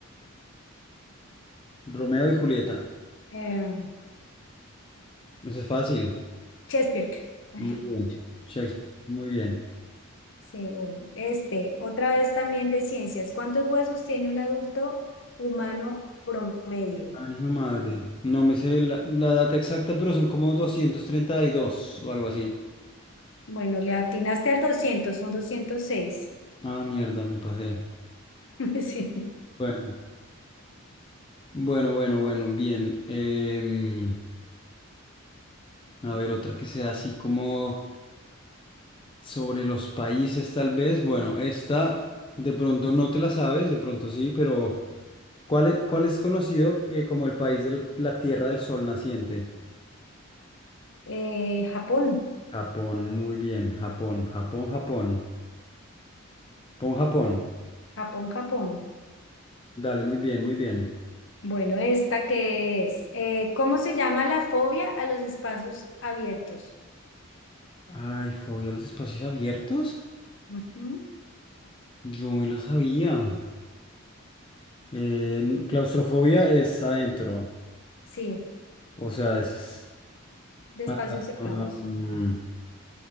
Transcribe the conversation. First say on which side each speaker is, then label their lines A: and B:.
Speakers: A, on the left; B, on the left.
A: Romeo y Julieta.
B: Eh,
A: Eso es fácil.
B: Chesterfield. Ay,
A: Muy bien.
B: pucha.
A: Shakespeare. Muy bien.
B: Sí, bueno. Este, otra vez también de ciencias. ¿Cuántos huesos tiene un adulto humano promedio?
A: Ay, hijo de madre. No me sé la, la data exacta, pero son como 232 o algo así.
B: Bueno, le atinaste al 200, son 206.
A: Ah, mierda, me pasé.
B: <laughs> Sí.
A: Bueno, bueno, bueno, bueno, bien. Em, a ver, otra que sea así como sobre los países, tal vez. Bueno, esta de pronto no te la sabes, de pronto sí, pero ¿cuál es, cuál es conocido eh, como el país de la Tierra del Sol naciente?
B: Eh, Japón,
A: Japón, muy bien, Japón, Japón, Japón. Pon Japón.
B: Japón, Japón.
A: Dale, muy bien, muy bien.
B: Bueno, esta qué es. Eh, ¿cómo se llama la fobia a los espacios abiertos?
A: Ay, fobia a los espacios abiertos.
B: Ujú.
A: Yo me lo sabía. Eh, n- claustrofobia es adentro.
B: Sí,
A: O sea, es...
B: de espacios
A: Ah,
B: cerrados.
A: ah, mm,